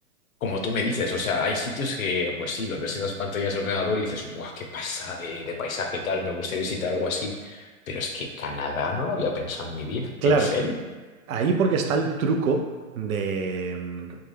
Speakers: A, on the left (about 75°); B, on the right (about 75°).
A: Como tú me dices, o sea, hay sitios que, pues sí, los ves en las pantallas del ordenador y dices, ¡buah, qué pasada de, de paisaje tal! Me gusta visitar algo así. Pero es que Canadá no lo había pensado en mi vida.
B: Claro.
A: ¿En serio?
B: Ahí porque está el truco de, mm,